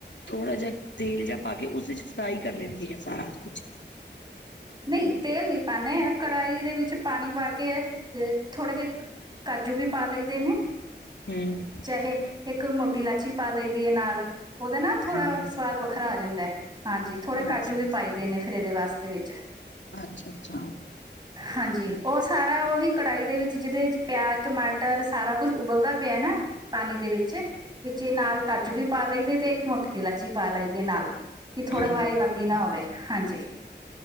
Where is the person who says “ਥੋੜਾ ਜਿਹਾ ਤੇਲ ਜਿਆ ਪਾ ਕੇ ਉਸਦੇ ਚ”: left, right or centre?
Left